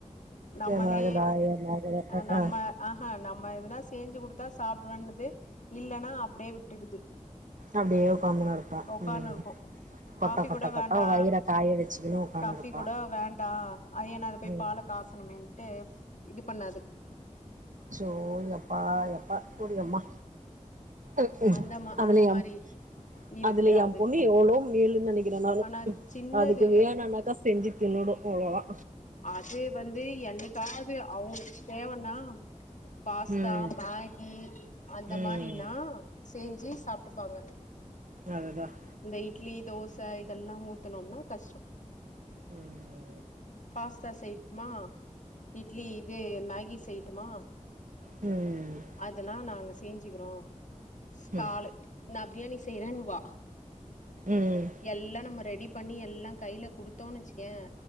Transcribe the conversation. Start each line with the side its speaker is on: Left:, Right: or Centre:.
Left: நம்மளே
Right: ஏமாகுதா ஏமாகுதா
Left: அ நம்ம
Right: ஆ
Left: அ நம்ம எதனா செஞ்சு குடுத்தா சாப்டுவேன்னுது இல்லன்னா அப்டியே விட்டுடுது
Right: அப்டியே ஒக்காந்துன்னு கடப்பா
Left: உக்கான்னு
Right: ம்
Left: இருக்கும்
Right: கொட்ட
Left: காஃபி
Right: கொட்ட
Left: கூட வேண்டா
Right: கொட்ட வயிற காய வச்சுக்கினு உக்கானு
Left: கஃபி
Right: இருப்பா
Left: கூட வேண்டா ஐன் நா இத போயி
Right: ம்
Left: பால காசனமேன்ட்டு இது பண்ணாது
Right: சோ யப்பா யப்பா போடியம்மா ம் ம்
Left: அந்த மா
Right: அதுல
Left: அந்த மாரி
Right: எம்
Left: இருக்குது
Right: அதுல என்
Left: அது
Right: பொண்ணு எவ்ளோ மேலுன்னு நெனைக்கிற நானு
Left: ஆனா சின்னது
Right: அதுக்கு வேணுனாக்கா செஞ்சு தின்னுடும் அவ்ளோதா
Left: அது வந்து என்னக்காது அவுங்களுக்கு தேவனா பாஸ்தா
Right: ம்
Left: மேகி அந்த
Right: ம்
Left: மாரினா செஞ்சு சாப்ட்டுப்பாங்க
Right: அதுதான்
Left: இந்த இட்லி தோச இதெல்லா ஊத்தனோம்னா கஷ்டம்
Right: ம்
Left: பாஸ்தா செய்யட்டுமா இட்லி இது மேகி செய்யட்டுமா
Right: ம்
Left: அதனா நாங்க செஞ்சிக்கிறோ ஸ்கால
Right: ம்
Left: நா பிரியாணி செய்றேன்னுவா
Right: ம்
Left: எல்லா நம்ம ரெடி பண்ணி எல்லா கைல குடுத்தோன் வச்சிகயேன்